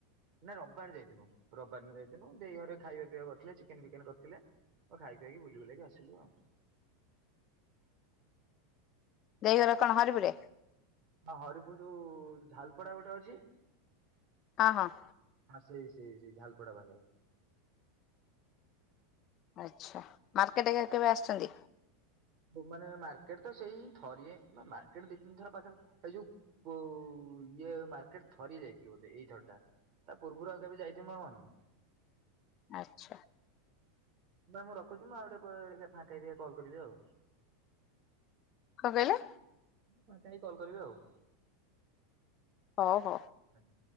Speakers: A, on the right; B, on the left.
A: ନା ରବିବାର ଯାଇଥିନୁ ରବିବାର ଦିନ ଯାଇଥିନୁ ଦେଇ ଘରେ ଖାଇବା ପିଇବା କରିଥିଲେ। ଥିଲେ ଚିକେନ ଫିକେନ କରିଥିଲେ ଆଉ ଖାଇ ଖୁଆକି ବୁଲି ବୁଲ। କି ଆସିଲୁ ଆଉ।
B: ଦେଇଘର କଣ ହରିପୁରରେ?
A: ହଁ ହରିପୁର ଯୋଉଁ ଝାଲପଡା ଗୋଟେ ଅଛି।
B: ହଁ- ହଁ।
A: ହଁ ସେଇ ସେଇ ସେଇ ଝାଲପଡା ପାଖରେ
B: ଆଚ୍ଛା ମାର୍କେଟ କେବେ ଆସିଛନ୍ତି।
A: ମାନେ ମାର୍କେଟ ତ ସେଇ ଥରି ମାର୍କେଟ ଦି ତିନି ଥର ପାଖପ ସେଇ ଯୋଉ ଇଏ ମାର୍କେଟ ଥରି ଯାଇଥିଲ ବୋଧେ ଏଇଥର ଟା ତା ପୂର୍ବରୁ ଆଉ କେବେ ଯାଇଥିବ ମନେ
B: ଆଚ୍ଛା।
A: ମୁଁ ରଖୁଛି ମୁ ଆ ଗୋଟେ ଟେ ଫାେଇ ଦେଇି କଲ କରିବି ଆଉ
B: କଣ କହିଲେ?
A: କ କାହିଁକ କଲ କରିବି ଆଉ
B: ହଉ- ହଉ
A: ଆଜ୍ଞା।